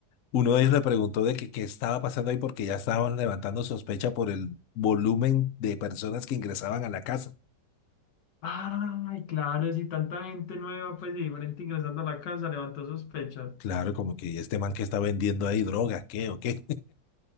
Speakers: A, on the left (about 60°); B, on the left (about 75°).
A: Uno de ellos le preguntó de que qué estaba pasando ahí porque ya estaban levantando sospecha por el volumen de personas que ingresaban a la casa.
B: Ay, claro, si tanta gente nueva, pues y diferente ingresando a la casa, levantó sospechas.
A: Claro, como que este man que está vendiendo ahí droga, ¿qué o qué?